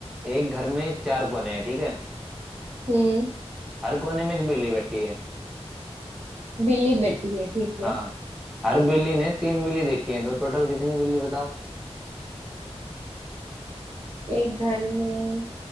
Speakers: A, in the centre; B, on the right.
A: एक घर में चार कोने हैं ठीक है
B: हम्म
A: हर कोने में एक बिल्ली बैठी है
B: बिल्ली बैठी है ठीक है
A: हाँ हर बिल्ली ने तीन बिल्ली देखी है तो टोटल कितनी बिल्ली बताओ
B: एक घर में